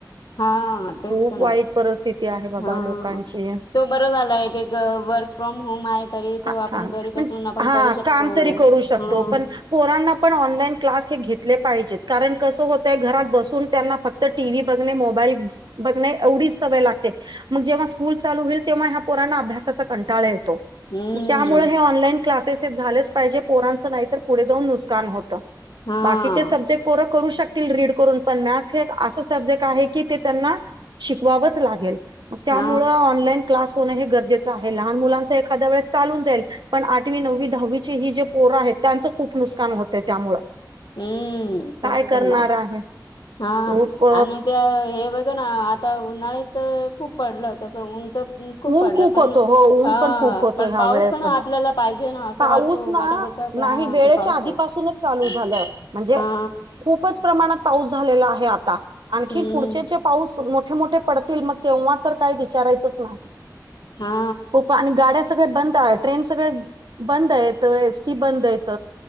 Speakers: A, on the left; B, on the right.
A: हा तेच
B: खूप
A: तर ना
B: वाईट परिस्थिती आहे बाबा
A: हा...
B: लोकांची.
A: तो बरं झालाय... एक एक वर्क फ्रॉम होम आहे तरी तो
B: हा...
A: आपण घरी बसून
B: म्हणजे...
A: आपण
B: हा,
A: करू शकतो
B: काम तरी करू शकतो
A: हम्म
B: पण पोरांना पण, ऑनलाईन क्लास हे घेतले पाहिजेत... कारण कसं होतय... घरात बसून त्यांना फक्त तर टी व्ही बघणे... मोबाईल बघणे, एवढीच सवय लागते मग जेव्हा स्कूल चालू होईल... तेव्हा ह्या पोरांना अभ्यासाचा कंटाळा येतो...
A: हम्म
B: मग त्यामुळे हे ऑनलाईन क्लासेस हे झालेच पाहिजे... पोरांचं नाहीतर पुढे जाऊन नुसकान होतं
A: हा
B: कि जे सब्जेक्ट पोरं करू शकतील... रीड करून... पण मॅथ हे एक असा सब्जेक्ट आहे की ते त्यांना शिकवावच लागेल... त्यामुळे
A: हा
B: ऑनलाइन क्लास होणं हे गरजेचं आहे... लहान मुलांच एखा्दया वेळेस चालून जाईल पण आठवी, नववी, दहावीची... ही जे पोरं आहेत, त्यांचं खूप नुसकान होतं त्यामुळं
A: हम्म... तेच
B: काय करणार
A: तर ना...
B: आहे
A: हा
B: खूप
A: आणि त्या... हे... ब हो ना... आता उन्हाळ्यात खूप पडलं... तसं ऊन तर खूप
B: ऊन
A: पडला... पण...
B: होतो हो ऊन
A: हा...
B: पण खूप होतो
A: पण
B: ह्या
A: पाऊस
B: वेळेस
A: पण आपल्याला पाहिजे ना, असं
B: पाऊस
A: वाटत...
B: ना
A: वाटत होतं, की...
B: नाही
A: हा...
B: वेळेच्या
A: ते पाऊस
B: आधीपासूनच
A: पाहिजे
B: चालू झालं म्हणजे...
A: हा
B: खूपच प्रमाणात पाऊस झालेला आहे आता... आणखी
A: हम्म
B: पुढचेचे पाऊस मोठे मोठे पडतील... मग तेव्हा तर काय... विचारायचंच नाही
A: हा
B: खूप... आणि गाड्या सगळ्या बंद आहे... ट्रेन सगळे बंद येत, एस टी बंद येत...